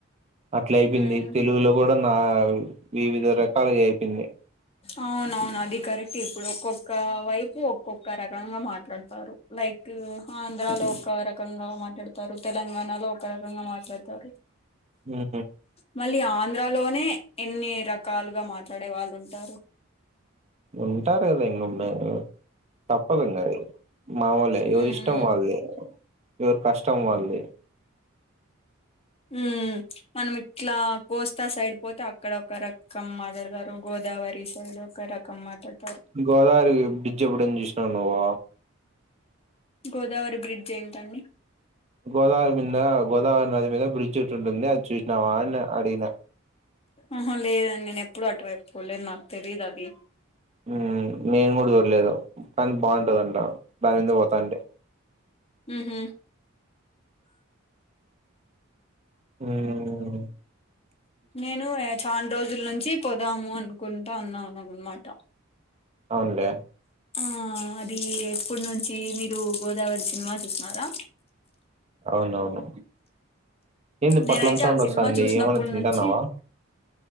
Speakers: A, on the right; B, on the left.
A: అట్లా అయిపోయింది
B: మ్మ్
A: తెలుగులో కూడా మా వివిధ రకాలగయిపోయింది
B: అవునవును అది కరెక్ట్ ఇప్పుడు ఒక్కొక్క వైపు ఒక్కొక్క రకంగా మాట్లాడతారు లైక్ ఆంధ్రాలో ఒక రకంగా మాట్లాడుతారు తెలంగాణలో ఒక రకంగా మాట్లాడుతారు
A: ఉహు
B: మళ్ళీ ఆంధ్రాలోనే ఎన్ని రకాలుగా మాట్లాడే వాళ్ళు ఉంటారు
A: ఉంటారు కదా ఇన్నొమ్మే తప్పదు ఇంగ అది మామూలే ఎవరి
B: ఉమ్
A: ఇష్టం వాళ్దే ఎవరి కష్టం వాళ్దే
B: ఉమ్ మనం ఇట్లా కోస్తా సైడ్ పోతే అక్కడ ఒక రకం మాట్లాడుతారు గోదావరి సైడ్ ఒక ర కంమాట్లాడ
A: గోదావరి బ్రిడ్జ్ ఎప్పుడయిన చూసినావ నువ్వు
B: గోదావరి బ్రిడ్జ్ ఏంటండి
A: గోదావరి మీద గోదావరి నది మీద బ్రిడ్జ్ ఒకట్టి ఉంటుంది అది చూసినవా అని అడిగిన
B: ఆహా లేదండి నేను ఎప్పుడూ అటువైపుపోలేదు నాకు తెలీదు అవి
A: ఉమ్ నేను కూడా చూడలేదు కానీ బాగుంటదంట దానిది పోతాంటే
B: ఉహు
A: ఉమ్
B: నేను చాన్రోజుల నుంచి పోదాము అనుకుంటా అన్నాను అనమాట
A: అవునులే
B: ఆ అది ఎప్పుడు నుంచి మీరు గోదావరి సినిమా చూసీన్నారా
A: అవునవును ఏంది పోట్లం
B: నేనైతే
A: సౌండ్
B: ఆ సినిమా
A: వస్థాంది
B: చూసినప్పటి
A: ఏమన్నా తింటాన్నావా
B: నుంచి